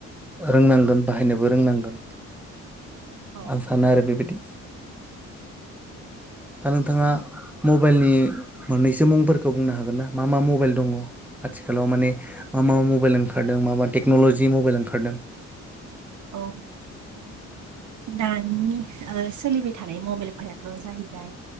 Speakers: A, in the centre; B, on the right.
A: रोंनांगोन बाहायनोबो रोंनांगोन
B: औ
A: आं सानो आरो बेबायदि दा नोंथांङा मबाइलनि मोननैसो मुंफोरखौ बुंनो हागोन ना मा मा मबाइल दङ आथिखालाव माने मा मा मबाइल ओंखारदों मा मा टेक्न'लजि मबाइल ओंखारदों।
B: औ ओ दानि ओ सोलिबाय थानाय मबाइलफोराथ' जाहैबाय